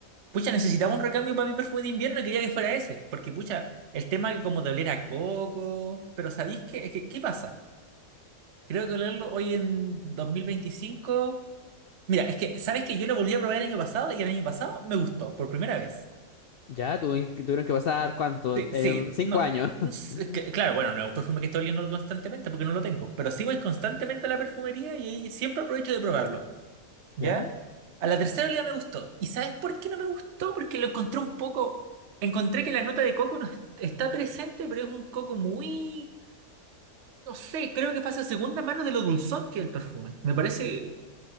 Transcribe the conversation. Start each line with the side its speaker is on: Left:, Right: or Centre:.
Right: pucha, necesitaba un recambio para mi perfume de invierno y quería que fuera ese, porque, pucha, el tema que como de oler a coco, pero ¿sabéis qué, Es que- qué pasa? Creo que olerlo hoy en dos mil veinticinco Mira, es que, ¿sabes que Yo lo volví a probar el año pasado y el año pasado me gustó por primera vez.
Left: Ya, tuvieron que tuvieron que pasar cuánto?
Right: Sí,
Left: Eh,
Right: sí,
Left: cinco
Right: no.
Left: años.
Right: no
Left: <laughs>
Right: que- Claro, bueno, no es un perfume que estoy oliendo constantemente porque no lo tengo, pero sí voy constantemente a la perfumería y ahí siempre aprovecho de probarlo. ¿Ya?
Left: ¿Ya?
Right: A la tercera olía me gustó. ¿Y sabes por qué no me gustó? Porque lo encontré un poco. Encontré que la nota de coco no es- está presente, pero es un coco muy. No sé, creo que pasa a segunda mano de lo dulzón que es el perfume. Me parece.